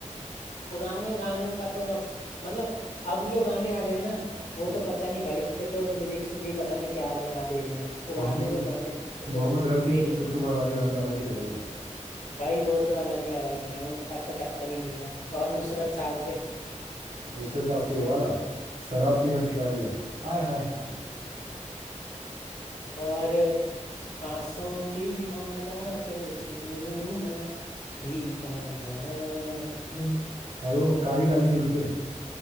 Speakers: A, on the left; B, on the right.
A: पुराने गानों का तो अब मतलब अब जो गाने आ रहे हैं ना वो
B: हाँ,
A: तो पता नहीं भाई उनके तो लिरिक्स भी पता नहीं क्या बना दे रहे हैं पुराने
B: मोहम्मद
A: जो गाने थे उनके तो
B: मोहम्मद रफ़ी
A: लिरिक्स
B: किशोर कुमार वाले गाने तो अलग ही थे भाई
A: भाई वो तो अलग लेवल पे हैं उनका तो टक्कर ही नहीं है और नुसरत साहब के
B: नुसरत साहब के वो वाला शराब पीना सिखा दिया आय हाय हाय हाय
A: और सांसों की माला पे सिमरू मैं भी का नाम
B: वो- और वो काली काली जुल्फे